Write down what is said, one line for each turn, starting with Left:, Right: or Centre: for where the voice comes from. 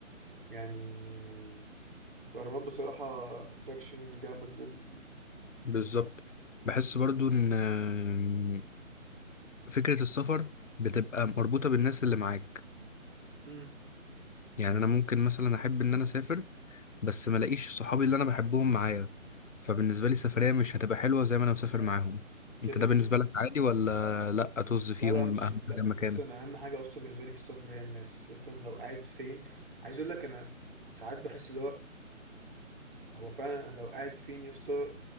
Right: يعني الاهرامات بصراحه اتراكشن جامد لل
Left: بالظبط بحس برضو ان آم، فكرة السفر بتبقى مربوطة بالناس اللي معاك
Right: مم.
Left: يعني انا ممكن مثلا احب ان انا اسافر بس ما الاقيش صحابي اللي انا بحبهم معايا فبالنسبة لي السفرية مش هتبقى حلوة زي ما انا مسافر معاهم
Right: كده
Left: انت ده
Right: كده
Left: بالنسبة لك عادي ولا لا طز فيهم
Right: لا لا
Left: واهم
Right: مش لا
Left: حاجة مكانك
Right: يا اسطى انا اهم حاجه اصلا بالنسبه لي في السفر هي الناس يا اسطى انا لو قاعد فين عايز اقول لك انا ساعات بحس اللي هو هو فعلا انا لو قاعد فين يا اسطى